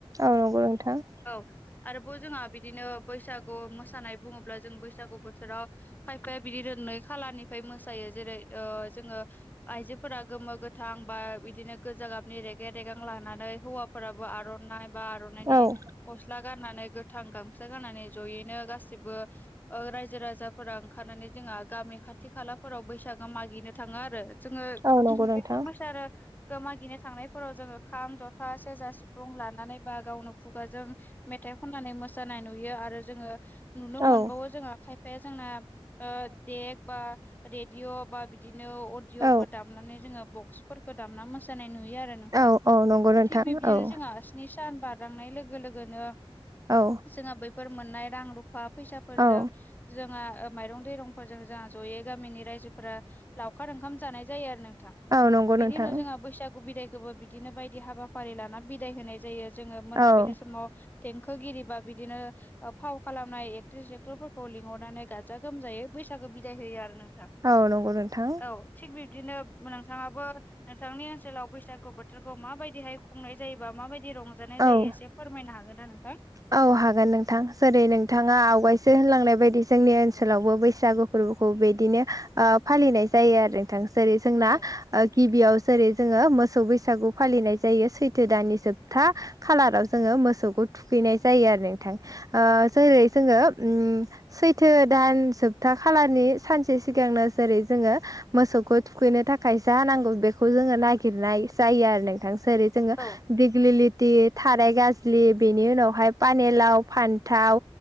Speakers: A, on the right (about 35°); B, on the left (about 20°).
A: औ नंगौ नोंथां।
B: औ आरोबाव जोंहा बिदिनो बैसागु मोसानाय बुङोब्ला जों बैसागु बोथोराव। खायफाया बिदिनो नै खालाारनिफ्राय मोसायो जेरै जोङो। आइजोफोरा गोमो गोथां बा बिदिनो गोजा गाबनि रेगे रेगां लानानै हौवाफोराबो आर'नाइ बा आर'नानि
A: औ
B: खस्थ। गस्ला गाननानै गोथां गामसा गाननानै जयैनो गासिबो। ओ रायजो राजाफोरा ओंखारनानै जोंहा गामि खाथि खालाफोराव बैसागो मागिनो थाङो आरो। जोङो
A: औ नंगौ नोंथां
B: बैफोर मोसारो गोमागिनो थांनायफोराव जोङो खाम जथा सेरजा सिफुं लानानै बा गावनो खुगाजों मेथाइ खननानै मोसानाय नुयो आरो जोङो नुनो
A: औ
B: मोनबावो जोंङो खायफाया जोंना ओ देग बा रेडिअ' बा बिदिनो अदियफोर
A: औ
B: दामनानै जोङो बक्सफोरखौ दामना मोसानाय नुयो आरो नों नोंथां
A: औ औ नंगौ नोंथां
B: थिग बिब्दिनो
A: औ
B: जोंहा स्नि सान बारलांनाय लोगो लोगोनो
A: औ
B: जोङो बैफोर मोननाय रां रुफा फैसाफोरजों
A: औ
B: जोंहा माइरं दैरंफोरजों जोंहा जयै गामिनि रायजोफोरा लावखार ओंखाम जानाय जायो आरो नोंथां
A: औ नंगौ
B: बेनि
A: नोंथां
B: उनाव जोंहा बैसागु बिदाय गोबो बिदिनो बायदि हाबाफारि लाना बिदाय होनाय जायो जोङो मोनाबिलि
A: औ
B: समाव देंखोगिरि बा बिदिनो फाव खालामनाय एक्ट्रिस एक्टरफोरखौ लिंहरनानै गाजा गोमजायै बैसागो बिदाय होयो आरो नोंथां।
A: औ नंगौ नोंथां
B: औ थिग बिबदिनो नोंथांआबो नोंथांनि ओनसोलाव बैसागु बोथोरखौ माबायदिहाय खुंनाय जायोबा बा मा बायदि रंजानाय
A: औ
B: जायो एसे फोरमायनो हागोन ना नोंथां?
A: औ हागोन नोंथां जेरै नोंथाङा
B: औ
A: आवगायसो होनलांनाय बायदि जोंनि ओनसोलावबो बैसागु फोरबोखौ बिदिनो ओ फालिनाय जायो आरो नोंथां जेरै जोंना
B: औ
A: ओ गिबियाव जेरै जोङो मोसौ बैसागु फालिनाय जायो सैथो दाननि जोबथा खालाराव जोङो मोसौखौ थुखैनाय जायो आरो नोंथां आ जेरै जोङो उम सैथो दान जोबथा खालारनि सानसे सिगांनो जेरै जोङो मोसौखौ थुखैनो थाखाय जा नांगौ बेखौ जोङो नागिरनाय जायो आरो नोंथां जेरै जोङो
B: औ
A: दिग्लिलिथि थाराय गाजलि बे बेनि उनावहाय पानेलाव फान्थाव